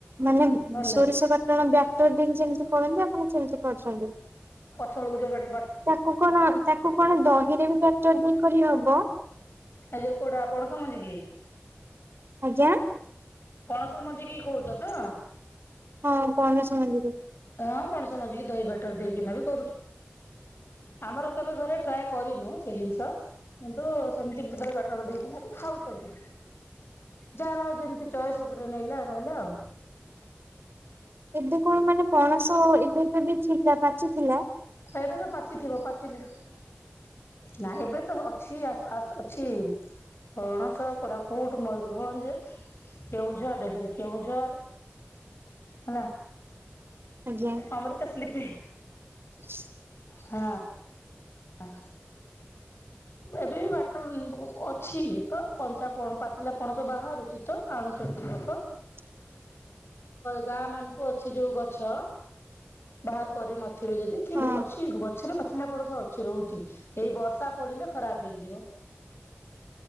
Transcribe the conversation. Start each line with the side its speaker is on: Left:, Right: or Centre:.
Right: ମାନେ
Left: ଭଲ
Right: ସୋରିଷ
Left: ଲାଗେ।
Right: ବାଟଣ ବ୍ୟାକ୍ଟର ଦେଇକି ଯେମିତି କରନ୍ତି ଆପଣ ସେମିତି କରଛନ୍ତି।
Left: ସଳୁ।
Right: ତାକୁ କଣ ତାକୁ କଣ ଦହିରେ ବି ଫାକ୍ଟର ଦେଇକ ହବ।
Left: ଏ ଯୋଉ କୋଉଟା ଆପଣ ସମଜ କି।
Right: ଆଜ୍ଞା
Left: ପଣସ ମଞ୍ଝିକି କହୁଛ ତ।
Right: ହଁ ପନସ ମନ୍ଦିରେ।
Left: ହଁ କଣ ପଣସମଞ୍ଜିକି ଧୋଇ କି ବଟର ଦେଇକିନା ବି କରୁଛୁ।
Right: <unintelligible>
Left: ଆମର କେବେ ଘରେ ଟ୍ରାଏ କରିନୁ ସେଇ ଜିନିଷ କିନ୍ତୁ ସେମିତି ଦହି ବାଟଣ ଦେଇଛି ମେ ଖାଉଛନ୍ତି। ଆଜ୍।
Right: <unintelligible>
Left: ଯାହାରଉ ଯେମିତି ଚଏସ ଉପରେ ନଲା ରହିଲା ଆଉ।
Right: ଏବେ କଣ ମାନେ ପଣସ ଏବେ ଏବେ ବି ଥିଲା ପାଚଥିଲା।
Left: ଏବେ ତ ପାଚିଥିବ ପାଚିଲ ନାଇ ଏବେ ତ ଅଛି। ପକ୍ଷ। ପଣସ କୋରାପୁଟ ମୟୂରଭଞ୍ଜ କେଉଁଝର ଏରେ କେଉଁଝର। ହେଲା।
Right: ଆଜ୍ଞା।
Left: ଆମର ଚାଷଲିିପ।
Right: <unintelligible>
Left: ହଁ। ହ।
Right: <unintelligible>
Left: ଏବେ ବି ବାଟ ଅଛି ତ କଞ୍ଚା ପାଚିଲା ପଣସ ବାହାରୁଛି ତ ଆଣୁଛ। ଦେଖ।
Right: <unintelligible>
Left: ଗାଁ ମାନଙ୍କୁ ଅଛି ଯୋଉ ଗଛ। ବାହାର କରିନଥିବେ ଯଦି
Right: ହଁ
Left: ଅଛି ଗଛରେ ପାଚିଲା ପଣଷ ଅଛି। କି ରହୁଛି ଏଇ ବର୍ଷା ପଡିଲେ ଖରାପ ହେଇଯିବ।